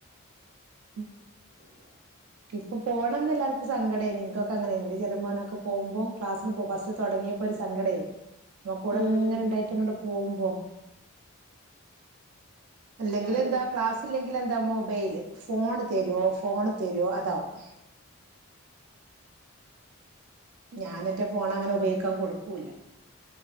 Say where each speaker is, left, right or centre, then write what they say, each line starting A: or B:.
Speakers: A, on the right; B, on the right.
A: ഉം
B: ശരിയാ
A: ഇപ്പൊ പോകണംന്ന് എല്ലാർക്കും സങ്കടമായി നിനൊക്കെ അങ്ങനെ ഉണ്ട് ചെറുമ മോനൊക്കെ പോകുമ്പോ ക്ലാസ്സിന് പോ പസ്റ്റ് തുടങ്ങിയപ്പോൊ ഒരു സങ്കടായിരുന്നു നമ്കൂടെ
B: ഉം
A: എങ്ങനെ ഉണ്ടായിട്ട്ങ്ങണ്ട്- പോവുമ്പോ അല്ലെങ്കില്
B: ഇല്ലാതെ
A: എന്താ ക്ലാസ്സില്ലെങ്കിൽ എന്താ മോ- ബൈല് ഫോൺ തരുവോ ഫോൺ തരുവോ അതാവും ഞാനറ്റ ഫോൺ അങ്ങനെ ഉപയോഗിക്കാൻ കൊടുക്കൂല്ല